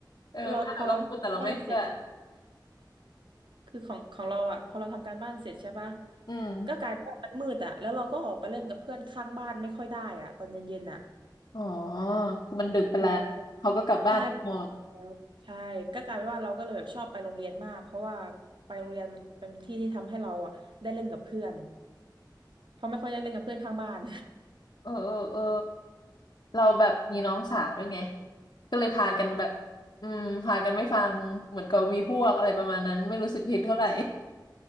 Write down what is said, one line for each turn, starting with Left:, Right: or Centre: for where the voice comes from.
Left: เออแม่เราก็พูดแต่เราไม่เชื่อ
Right: เราพอเราทำการบ้านเสร็จใช่คือของของเราอ่ะพอเราทำการบ้านเสร็จใช่ปะ
Left: อืม
Right: ก็กลายเป็นว่ามันมืดอ่ะแล้วเราก็ออกไปเล่นกับเพื่อนข้างบ้านไม่ค่อยได้อ่ะตอนเย็นๆอ่ะ
Left: อ๋อคือมันดึกไปแล้วเขาก็กลับบ้านกันหมด
Right: เออ ใช่มันติดแล้วใช่ก็กลายเป็นว่าเราก็เลยแบบชอบไปโรงเรียนมากเพราะว่าไปโรงเรียนมันเป็นที่ที่ทำให้เราอ่ะได้เล่นกับเพื่อนเพราะไม่ค่อยได้เล่นกับเพื่อนข้างบ้าน
Left: เออเออเออเราแบบมีน้องสาวด้วยไงก็เลยพากันแบบ
Right: <laughs> อ๋อ
Left: อืมพากันไม่ฟังเหมือนกับมีพวกอะไรประมาณนั้นไม่รู้สึกผิดเท่าไหร่